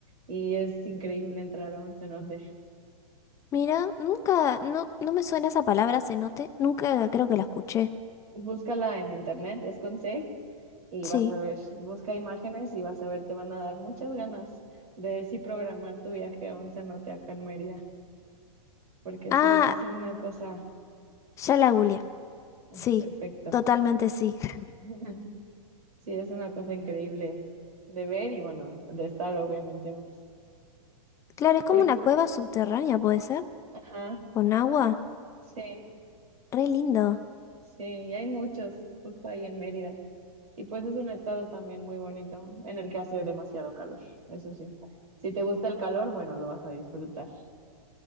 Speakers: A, on the right (about 85°); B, on the left (about 15°).
A: y es increíble entrar a un cenote.
B: mira, nunca, no, no me suena esa palabra cenote, nunca creo que la escuché.
A: Búscala en internet, es con C y
B: Sí.
A: vas a ver, busca imágenes y vas a ver, te van a dar muchas ganas de sí programar tu viaje a un cenote acá en Mérida, porque
B: Ah,
A: sí es una cosa
B: ya la googleé.
A: eh,
B: Sí,
A: perfecto.
B: totalmente sí. <laughs>
A: <laughs> Sí es una cosa increíble de ver y bueno, de estar obviamente más.
B: Claro, es como
A: Porque,
B: una cueva subterránea, ¿puede ser?
A: ajá,
B: Con agua.
A: sí,
B: Re lindo.
A: sí, y hay muchos justo ahí en Mérida. Y pues es un estado también muy bonito en el que hace demasiado calor, eso sí. Si te gusta el calor, bueno, lo vas a disfrutar.